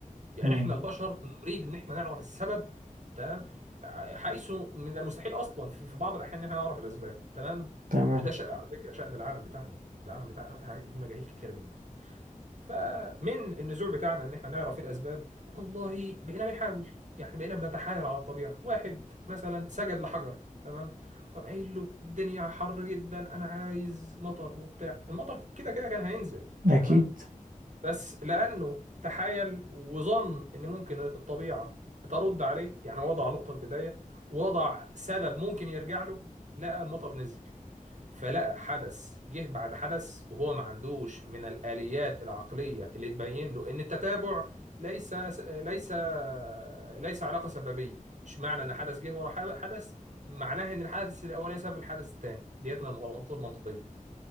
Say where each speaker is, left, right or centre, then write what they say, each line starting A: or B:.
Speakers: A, on the right; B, on the right.
A: يعني
B: مم.
A: احنا البشر نريد ان احنا نعرف السبب تمام ع- حيث من المستحيل اصلا في في بعض الاحيان ان احنا نعرف الاسباب تمام
B: تمام
A: وده شأن على فكرة شأن العالم بتاعنا العالم بتاعنا في حاجة في مجاهيل كتيرة جدا فمن النزوع بتاعنا ان احنا نعرف الاسباب والله بقينا بنحاول يعني بقينا بنتحايل على الطبيعه واحد مثلا سجد لحجر تمام وقام قايل له الدنيا حر جدا انا عايز مطر وبتاع المطر كده كده كان هينزل
B: اكيد
A: تمام بس لانه تحايل وظن ان ممكن الطبيعه ترد عليه يعني وضع نقطه بدايه وضع سبب ممكن يرجع له لقى المطر نزل فلقى حدث جه بعد حدث وهو ما عندوش من الآليات العقلية اللي تبين له إن التتابع ليس ليس ليس علاقة سببية مش معنى إن حدث جه ورا حب- حدث معناه إن الحدث الأولاني سبب الحدث الثاني ديت من المغالطات المنطقية